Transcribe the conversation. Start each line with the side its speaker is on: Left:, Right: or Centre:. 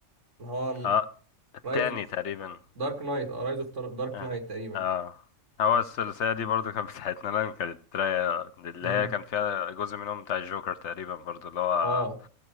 Right: اللي هو
Left: اه التاني
Right: رايز
Left: تقريبا
Right: دارك نايت اه رايز اوف دارك
Left: اه
Right: نايت تقريبا
Left: اه هو الثلاثية دي برضو كانت بتاعتنا لان كانت رايقة اللي
Right: امم
Left: هي كان فيها جزء منهم بتاع الجوكر تقريبا برضو اللي هو
Right: اه